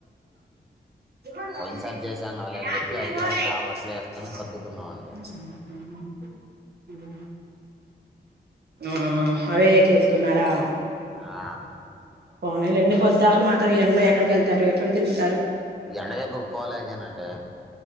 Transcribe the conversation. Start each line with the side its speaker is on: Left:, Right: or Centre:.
Right: నికిరే
Centre: పోయినసారి చేసాం కదలే అని చెప్పి అయ్యే ఉన్నాయి ఆ బట్టలు వేసుకొని సర్దుకున్నామండి
Right: <inaudible> ఆ అవే చేసుకున్నారా.
Centre: ఆ
Right: పోనిలెండి పొద్దకలు మాత్రం ఎండ్లో ఎక్కడికి వెళ్తారు ఎక్కడ తిరుగుతారు
Centre: ఎండ దెబ్బకి పోలేకేనండి.